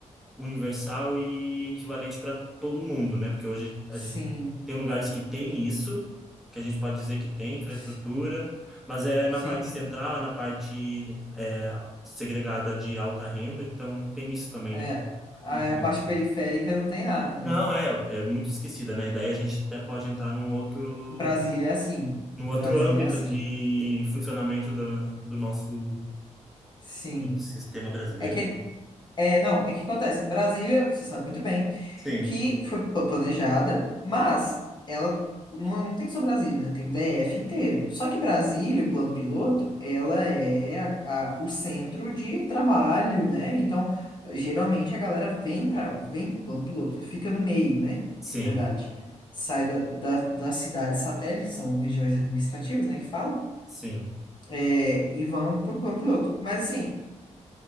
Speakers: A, in the centre; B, on the left.
A: universal e equivalente para todo mundo, né? Porque hoje a
B: sim,
A: gente tem lugares que tem isso, que a gente pode dizer que tem infraestrutura,
B: si-
A: mas é
B: sim,
A: na parte
B: sim.
A: central, é na parte é, segregada de alta renda, então tem isso também,
B: É,
A: né? que-
B: a,
A: e-
B: a parte
A: e-
B: periférica não tem nada, né?
A: Não, é, é muito esquecida, né? E daí a gente até pode entrar num outro,
B: Brasília é assim,
A: num
B: Brasília
A: outro âmbito
B: é assim.
A: de funcionamento do, do nosso,
B: Sim.
A: do nosso sistema brasileiro.
B: É que, é, não, é que acontece. Brasília, você sabe muito bem,
A: Sim,
B: que foi pl- planejada, mas ela não, não tem só Brasília, né? Tem o DF inteiro. Só que Brasília, o plano piloto, ela é a- a- o centro de trabalho, né? Então, geralmente a galera vem para vem pro plano piloto, fica no meio, né?
A: sim,
B: Na verdade. Sai da, da, das cidades satélites, que são regiões administrativas, né, que falam,
A: sim,
B: é, e vão pro plano piloto. Mas assim